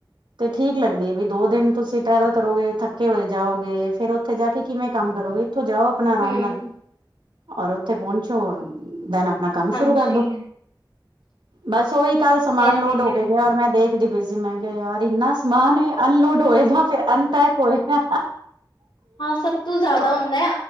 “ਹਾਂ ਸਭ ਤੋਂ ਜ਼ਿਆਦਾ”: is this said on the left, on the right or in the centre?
Left